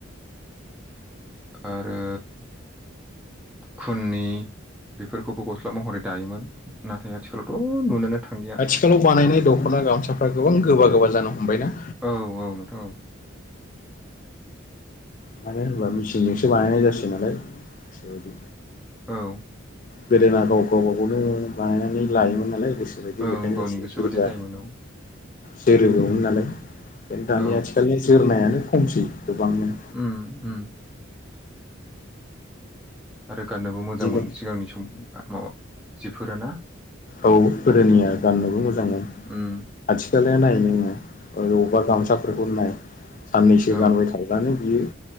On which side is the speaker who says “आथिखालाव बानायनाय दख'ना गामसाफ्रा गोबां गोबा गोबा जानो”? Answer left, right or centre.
Left